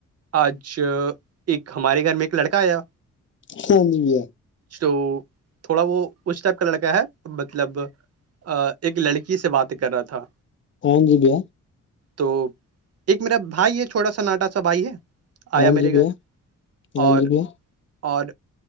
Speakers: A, on the right; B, on the left.
A: آج ایک ہمارے گھر میں ایک لڑکا آیا
B: ہاں جی بھییاار
A: تو تھوڑا وہ اس ٹائپ کا لڑکا ہے مطلب ایک لڑکی سے بات کر رہا تھا
B: ہاں جی بھیا
A: تو ایک میرا بھائی ہے چھوٹا سا ناٹا سا بھائی ہے آیا
B: ہاں
A: میرے
B: جی بھیا ہاں جی بھیا
A: گھر
B: ہاں
A: اور
B: جی بھیا
A: اور